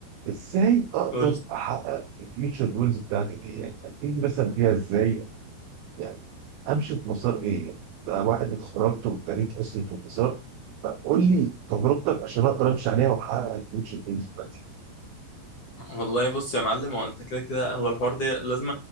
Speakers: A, on the right; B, on the left.
A: ازاي اقدر
B: قول
A: احقق الفيوتشر جولز بتاعتي دي يعني ابتدي مثلا فيها ازاي يعني امشي في مسار ايه يعني ده واحد اتخرجت وابتديت اصلا في مسار فقول لي تجربتك عشان اقدر امشي عليها واحقق الفيوتشر بيز بتاعتي
B: والله بص يا معلم هو انت كده كده هو الحوار ده لازم